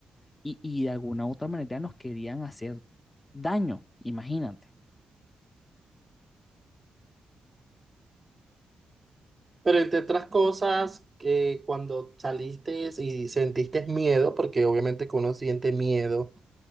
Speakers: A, on the left (about 30°); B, on the right (about 30°).
A: y, y de alguna u otra manera nos querían hacer daño, imagínate.
B: Pero entre otras cosas, que cuando saliste y sentiste miedo, porque obviamente que uno siente miedo,